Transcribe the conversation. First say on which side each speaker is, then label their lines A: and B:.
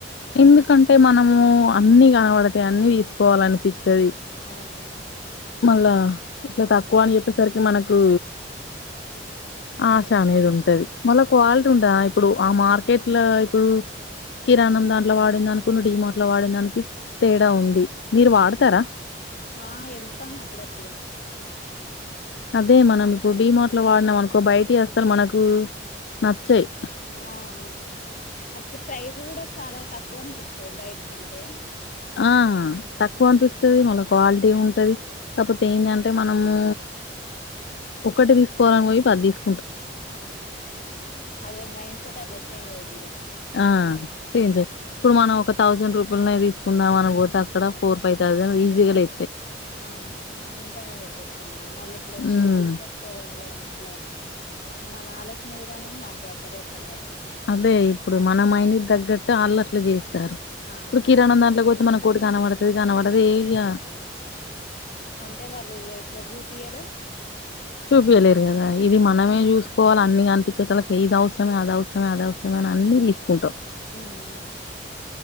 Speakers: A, on the left (about 70°); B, on the left (about 45°).
A: ఎందుకంటే మనము అన్ని కనబడతాయి, అన్ని తీసుకోవాల అనిపిత్తది.
B: ఆ,
A: మళ్ళా ఇట్లా తక్కువ అని చెప్పేసరికి మనకు. ఆశ అనేది ఉంటది మళ్ళా క్వాలిటీ ఉంటదా ఇప్పుడు ఆ మార్కెట్ లా. ప్పుడు కిరాణం దాంట్లో వాడిన్దనుకును, డి మార్ట్ లో వాడిన దానికి తేడా ఉంది మీరు వాడతారా?
B: ఆ వెళ్తాం అప్పుడప్పుడు
A: అదే మనం ఇప్పుడు డి మార్ట్ లో వాడినాం అనుకో బయటి అస్సలు మనకు నచ్చాయి.
B: ఆ, ఆ, ఆ అది ప్రైస్ కూడా చాలా తక్కువ అనిపిస్తది బయటి కంటే.
A: ఆ తక్కువనిపిస్తది, మళ్ళ క్వాలిటీ ఉంటది కాకపోతే ఏంటంటే మనము.
B: అ
A: ఒక్కటీ తీసుకోవాలని పోయి పది తీస్
B: <inaudible> అదే మైండ్ సెట్ అట్లా చేంజ్ అయ్యింది.
A: ఆ చేంజ్ ఇప్పుడు మనం ఒక థౌజండ్ రూపాల్. <unintelligible> కుందామని పోతే అక్కడ ఫోర్ ఫైవ్ థౌసండ్ ఈజీ లే
B: ఆ ఎంతైనా పెట్టిస్తాను ఇగ మళ్ళీ ఎప్పుడొస్తావ్?
A: ఉమ్
B: పోదంలే అనీ అట్లా. మన ఆలోచన విధానమే మరతది <unintelligible> రేట్లను బట్టి.
A: అవే ఇప్పుడు మన మైండ్కి తగ్గట్టు అళ్ళు అట్లే చేస్తారు.
B: ఆ
A: ఇప్పుడు కిరాణం దాంట్లో పోతే మనం. కోటి కన పడతది కాన పడదు ఏయ్గా.
B: అంటే వాళ్ళు ఇగ ఎక్కువ జూపియ్యరు.
A: చూపియలేరు కదా! ఇది మనమే చూసుకోవాల అన్ని కనిపించే సలకి ఇది అవసరమే, అది అవసరమే, అది అవసరమే. అని అన్ని తీసుకుంటాం
B: మ్మ్